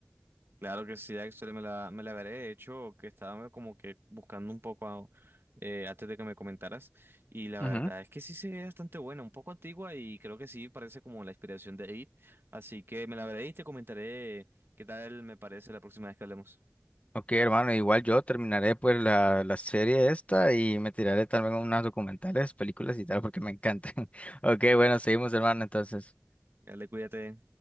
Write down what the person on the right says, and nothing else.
Claro que sí, Axel, me la, me la veré. De hecho, que estaba como que buscando un poco a- eh, antes de que me comentaras. Y la
verdad es que sí se ve bastante buena, un poco antigua y creo que sí parece como la inspiración de It. Así que me la veré y te comentaré qué tal me parece la próxima vez que hablemos.
Dale, cuídate.